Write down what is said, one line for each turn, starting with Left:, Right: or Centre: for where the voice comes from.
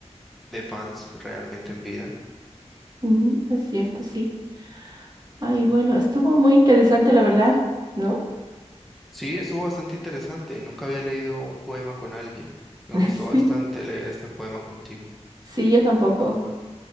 Centre: de fans realmente en vida.
Right: mm, es cierto, sí. Ay, bueno, estuvo muy interesante, la verdad, ¿no?
Centre: Sí, estuvo bastante interesante. Nunca había leído un poema con alguien. Me
Right: <laughs>
Centre: gustó
Right: Sí,
Centre: bastante leer este poema contigo.
Right: sí, yo tampoco.